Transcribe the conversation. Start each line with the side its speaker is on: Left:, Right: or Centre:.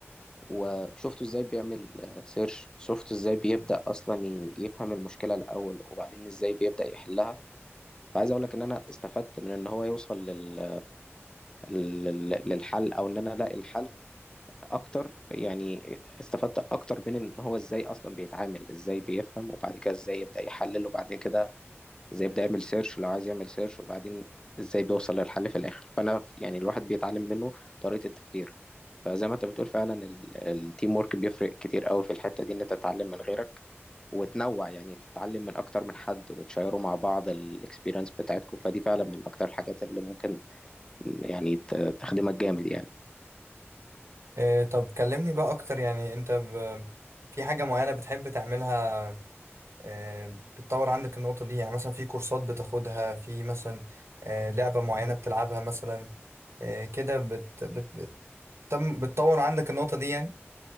Left: وشفته ازاي بيعمل سيرش شفته ازاي بيبدأ اصلا ي- يفهم المشكله الاول وبعدين ازاي بيبدأ يحلها فعايز اقول لك ان انا استفدت من ان هو يوصل لل... لل... للحل او ان انا الاقي الحل اكتر يعني استفدت اكتر من ان هو ازاي اصلا بيتعامل ازاي بيفهم وبعد كده ازاي يبدأ يحلل وبعد كده ازاي يبدأ يعمل سيرش لو عايز يعمل سيرش وبعدين ازاي بيوصل للحل في الاخر فانا ف- يعني الواحد بيتعلم منه طريقة التفكير فزي ما انت بتقول فعلا التيم ورك بيفرق كتير قوي في الحتة دي ان انت تتعلم من غيرك وتنوع يعني تتعلم من اكتر من حد وتشيروا مع بعض الاكسبيرينس بتاعتكم فدي فعلا من اكتر الحاجات اللي ممكن يعني ت- تخدمك جامد يعني
Right: آه طب كلمني بقى أكتر يعني أنت ب... في حاجة معينة بتحب تعملها آه بتطور عندك النقطة دي يعني مثلا في كورسات بتاخدها في مثلا آه لعبة معينة بتلعبها مثلا آه كده بت... بت... بت... تم- بتطور عندك النقطة دي يعني